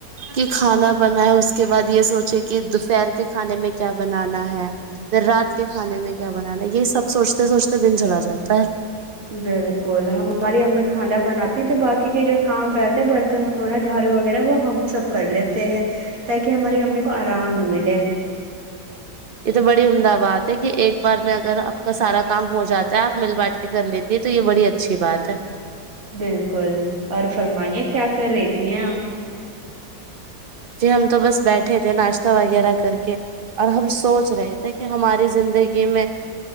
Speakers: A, on the right (about 40°); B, on the right (about 55°).
A: کہ کھانا بنائے اس کے بعد یہ سوچے کہ دوپہر کے کھانے میں کیا بنانا ہے رات کے کھانے میں کیا بنانا یہی سب سوچتے سوچتے دن چلا جاتا ہے
B: بالکل ہماری امی کھانا بناتی تھے باقی کے جو کام رہتے برتن ہونا جھاڑو وغیرہ وہ ہم سب کر لیتے ہیں ت کہ ہماری امی کو آرام ملے
A: یہ تو بڑی عمدہ بات ہے کہ ایک بار میں اگر آپ کا سارا کام ہو جاتا ہے آپ مل بانٹ کے کر لیتی ہے تو یہ بڑی اچھی بات ہے
B: بالکل اور فرمائے کیا کر رہی تھی ہیں آپ
A: جھر ہم تو بس بیٹھے تھے ناشتہ وغیرہ کر کے اور ہم سوچ رہے تھے کہ ہماری زندگی میں